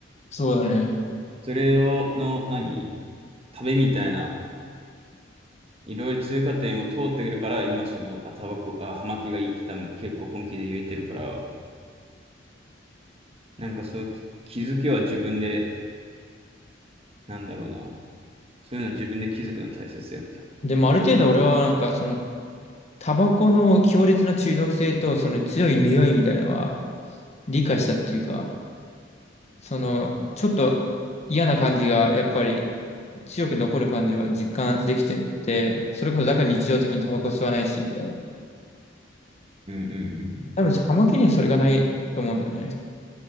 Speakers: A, on the left; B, on the right.
A: そうだね。
B: それを、の、何旅みたいな、いろいろ通過点を通ってくるから、今その、あ、タバコ、あ、葉巻がいいって多分結構本気で言えてるから、なんかそう、き気づきは自分で、なんだろうな。そういうの自分で気づくの大切だよね、多分。
A: でもある程度俺はなんかそのタバコの強烈な中毒性と、その強い匂いみたいなのは理解したっていうか、その、ちょっと嫌な感じが、やっぱり強く残る感じは実感できてて、それこそだから日常的にタバコ吸わないし、みたいな。
B: うん
A: 多分、葉巻にはそれがないと思うんだよね。